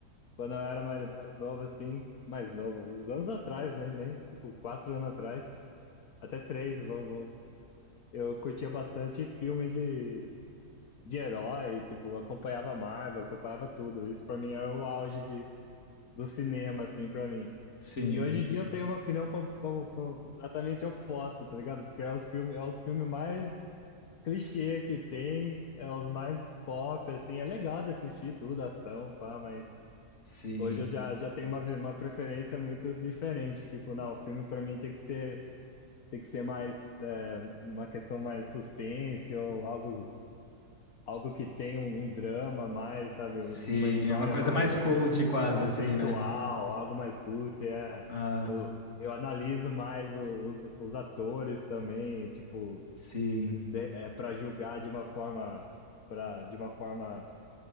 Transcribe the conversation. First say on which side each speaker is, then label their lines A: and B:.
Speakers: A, on the left (about 70°); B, on the left (about 50°).
A: Quando eu era mais, mais novo, assim, mais novo, uns anos atrás, né? Nem, tipo, quatro anos atrás, até três, vamos, vamos. Eu curtia bastante filme de, de herói, tipo, acompanhava Marvel, acompanhava tudo. Isso pra mim era o auge de, do cinema, assim, pra mim.
B: sim,
A: E hoje em dia eu tenho uma opinião com, com, com- completamente oposta, tá ligado? Porque é os filmes, é os filmes mais clichê que tem, é os mais pop, assim, é legal de assistir tudo, ação, pá, mas.
B: sim,
A: Hoje eu já, já tenho uma, vi- uma preferência muito diferente. Tipo, não, o filme pra mim tem que ser, tem que ser mais é, uma questão mais suspense ou algo, algo que tenha um, um drama mais, sabe,
B: sim.
A: um, uma história
B: É uma coisa
A: mais
B: mais cult, quase,
A: conceitual,
B: assim, né?
A: algo mais cult. É.
B: Ah,
A: O, eu analiso mais o- os, os atores também, tipo,
B: sim.
A: de, é, para julgar de uma forma, para de uma forma,